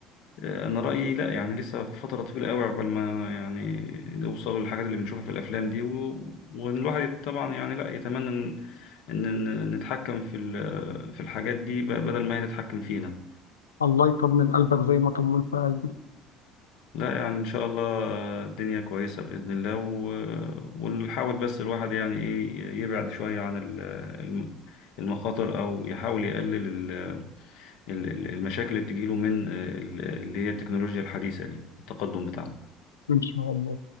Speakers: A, on the left; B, on the left.
A: آه، أنا رأيي لأ يعني لسه فترة طويلة أوي عقبال ما يعني نوصلوا للحاجات اللي بنشوفها في الأفلام دي و... والواحد يت- طبعا يعني لأ يتمنى إن إن إن نتحكم في ال... في الحاجات دي ب- بدل ما هي تتحكم فينا
B: الله يطمن قلبك زي ما طمنت قلبي
A: لا يعني ان شاء الله الدنيا كويسة بإذن الله و- ونحاول بس الواحد يعني ايه يبعد شوية عن ال- الم- المخاطر او يحاول يقلل ال- ال- المشاكل اللي بتجيله من ال- اللي هي التكنولوجيا الحديثة دي التقدم بتاعها
B: إن شاء الله